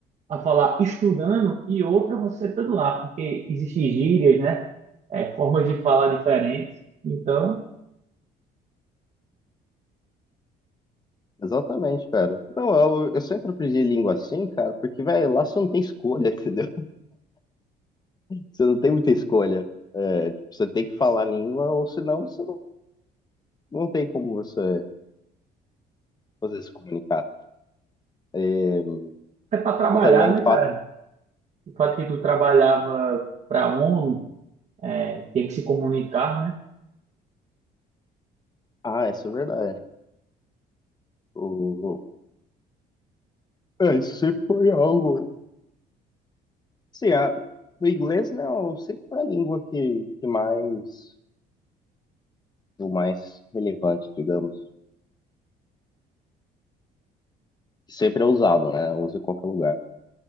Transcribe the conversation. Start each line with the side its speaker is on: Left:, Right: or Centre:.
Right: a falar estudando e outra você estando lá, porque existem gírias, né? É, formas de falar diferentes. Então
Left: Exatamente, cara. Não, eu, eu sempre aprendi língua assim, cara, porque, velho, lá você não tem escolha, <laughs> entendeu? você não tem muita escolha. É, você tem que falar a língua, ou senão você não, não tem como você, você se comunicar. É,
Right: É para trabalhar,
Left: e também
Right: né,
Left: o fato.
Right: cara? O fato que tu trabalhava para a ONU, é, tem que se comunicar, né?
Left: Ah, isso é verdade. O, é, isso sempre foi algo. Sim, a- o inglês, né, sempre foi a língua que, que mais. O mais relevante, digamos. Sempre é usado, né? Usa em qualquer lugar.